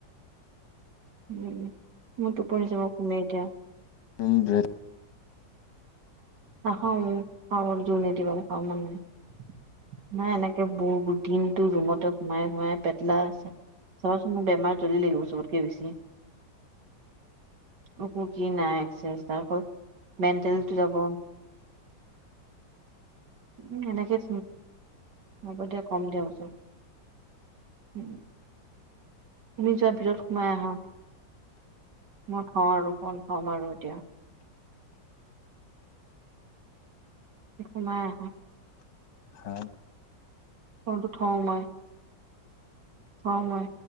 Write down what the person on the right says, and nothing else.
উ মইত যাব শুমে এতিয়া,
নাখাওঁ অ পাগল জুৰ নিদিবা খাব মন নাই। নাই এনেকে বহুত দিনতটো ৰুমতে সোমাই সোমাই পেটলা চাবাচোন বেমাৰ জ্বলি লাগিব চবতকে বেছি, উু কি নাই চেষ্টা কৰ। মেণ্টেলটো যাব, উ এনেকেই হ'ব দিয়া কম দিয়াচব উম! তুমি যোৱাৰ ভিতৰত সোমাই আহা মই থওঁ আৰু কন থম আৰু এতিয়া। সোমাই আহা, তেওঁ
ফোনটো থওঁ মই থও মই